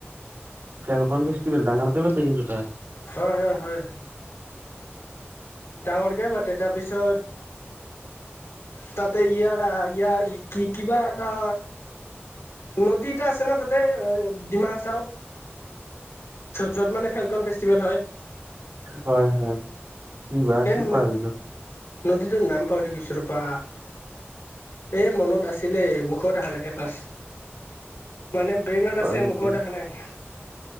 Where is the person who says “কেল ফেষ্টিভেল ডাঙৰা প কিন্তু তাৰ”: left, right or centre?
Right